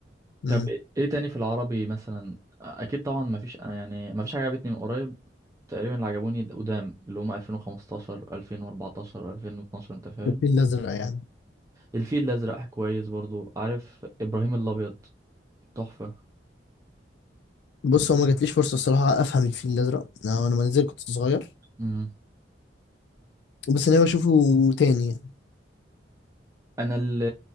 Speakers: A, on the right; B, on the left.
A: طب
B: امم
A: ايه إيه تاني في العربي مثلا اكيد طبعا ما فيش انا يعني ما فيش حاجه عجبتني من قريب تقريبا اللي عجبوني القدام اللي هم 2015 2014 2012 انت فاهم
B: الفيل الازرق يعني
A: الفيل الازرق كويس برضو عارف ابراهيم الابيض تحفه
B: بص هو ما جاتليش فرصة الصراحة افهم الفيل الازرق انا أنا لما نزل كنت صغير
A: امم
B: بس انا بشوفه تاني يعني.
A: انا اللي,